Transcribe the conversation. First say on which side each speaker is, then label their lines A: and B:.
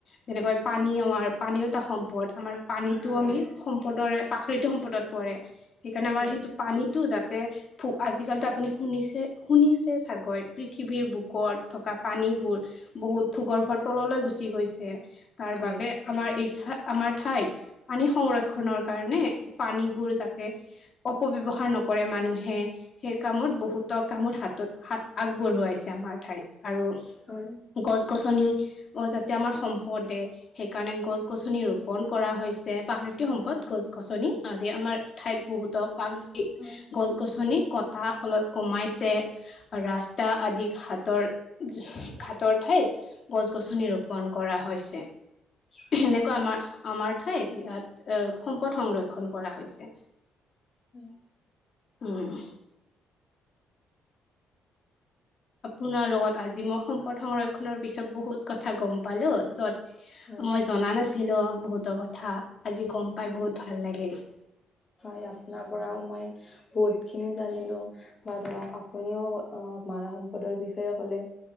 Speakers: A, on the left (about 50°); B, on the left (about 30°).
A: যেনেকে পানী আমাৰ পানীও'টা সম্পদ আমাৰ পানীটো
B: হয়
A: আমি সম্পদৰে প্ৰাকৃতি সম্পদত পৰে। সেইকাৰণে আমাৰ
B: হয়
A: সেইটো পানীটো যাত তে ফু আজিকালিতো আপুনি শুনিছে- শুনিছে ছাগৈ পৃথিৱীৰ বুকত থকা পানীবোৰ বহুত ভূগৰ্ভৰ তললৈ গুচি গৈছে, তাৰ বাবে
B: হয়
A: আমাৰ এইঠা- আমাৰ ঠাইত পানী সংৰক্ষণৰ কাৰণে পানীবোৰ যাতে অপব্যৱহাৰ নকৰে মানুহে সেই কামত বহুতো কামত হাতত হাত আগবঢ়োৱাইছে আমাৰ ঠাইত আৰু
B: হয়।
A: গছ-গছনি, অ যাতে আমাৰ সম্পদে- সেইকাৰণে গছ-গছনি ৰূপ- পন কৰা হৈছে, প্ৰাকৃতিক সম্পদ
B: হয়
A: গছ-গছনি আদি আমাৰ ঠাইত বহুত <unintelligible>
B: হয়
A: ছৰি কটা অলপ কমাইছে। ৰাস্তা আদি ঘাটৰ- ঘাটৰ ঠাইত গছ-গছনি ৰোপন কৰা হৈছে।
B: হয়
A: এনেকুৱা
B: হয়
A: আমা-আমাৰ ঠাই এ সম্পদ সংৰক্ষণ কৰা হৈছে।
B: <unintelligible>
A: উম্। আপোনাৰ লগত আজি মই সম্পদ সংৰক্ষনৰৰ বিষয়ে বহুত কথা গ'ম পালো, য'ত
B: হয়
A: মই জনা নাছিলো বহুত' কথা, আজি গম পাই
B: হয়
A: বহুত ভাল লাগিল।
B: হয় আপোনাৰ পৰাও মই বহুত খিনি জানিলো। বা ধৰক আপুনিও অ, মানৱ সম্পদৰ বিষয়ে ক'লে।